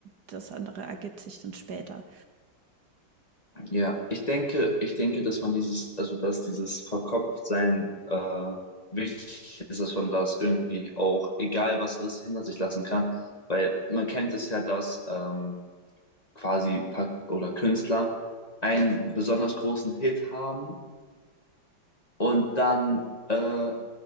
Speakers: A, on the right (about 60°); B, on the left (about 20°).
A: das andere ergibt sich dann später.
B: Ja, ich denke, ich denke, dass man dieses, also dass dieses Verkopftsein äh, wichtig ist, dass man das irgendwie auch, egal was ist, hinter sich lassen kann. Weil man kennt es ja, dass ähm, quasi Pa- oder Künstler einen besonders großen Hit haben und dann äh,